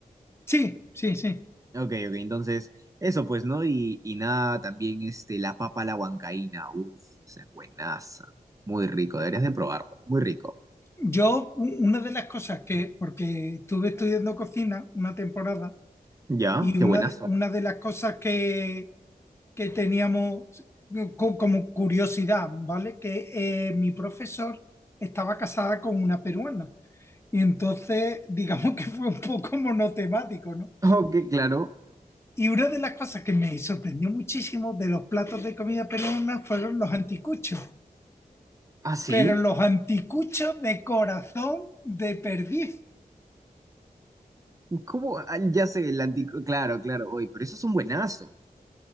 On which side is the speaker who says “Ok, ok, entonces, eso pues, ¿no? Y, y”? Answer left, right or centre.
Right